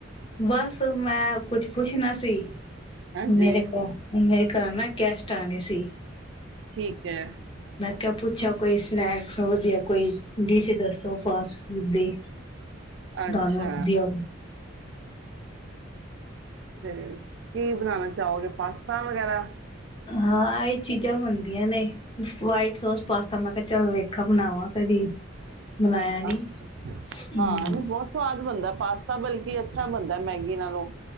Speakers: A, on the left; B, on the right.
A: ਬਸ ਮੈਂ ਕੁੱਛ ਪੁੱਛਣਾ ਸੀ
B: ਹਾਂਜੀ,
A: ਮੇਰੇ ਕੋ ਮੇਰੇ ਕਰ ਨਾ ਕੈਸਟ ਆਣੇ ਸੀ
B: ਠੀਕ ਹੈ
A: ਕਿਆ ਪੁੱਛੋ ਕੋਈ ਸਨੈਕਸ ਵਧੀਆ ਕੋਈ ਡਿਸ਼ ਦੱਸੋ ਫਾਸਟ ਫੂਡ ਦੀ
B: ਅੱਛਾ
A: ਦਾਨ ਦੀ ਆ
B: ਹਮ ਕੀ ਬਣਾਉਣਾ ਚਾਹੋਗੇ ਪਾਸਤਾ ਵਗੈਰਾ <inaudible>
A: ਹਾਂ ਚੀਜ਼ਾਂ ਬਣਦੀਆਂ ਨੇ ਵਾਈਟ ਸੋਸ ਪਾਸਤਾ ਮੈਂ ਚਲੋ ਵੇਖਾ ਬਣਾਵਾਾਂ ਕਦੀ ਬਣਾਇਆ ਨੀ
B: ਅੱਛੱ
A: ਹਮ
B: ਹਾਂ ਇਹਨੂੰ ਬਹੁਤ ਸਵਾਦ ਬਣਦਾ ਪਾਸਤਾ ਬਲਕਿ ਅੱਛਾ ਬਣਦਾ ਮੈਗੀ ਨਾਲੋਂ